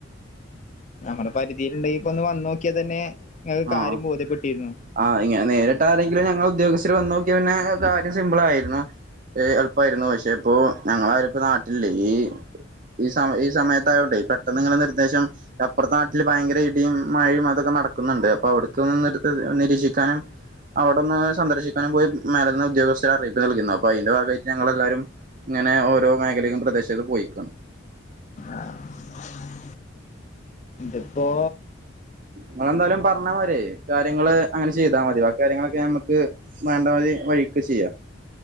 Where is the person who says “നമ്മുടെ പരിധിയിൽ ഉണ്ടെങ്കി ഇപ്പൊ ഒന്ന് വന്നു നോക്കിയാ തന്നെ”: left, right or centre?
Left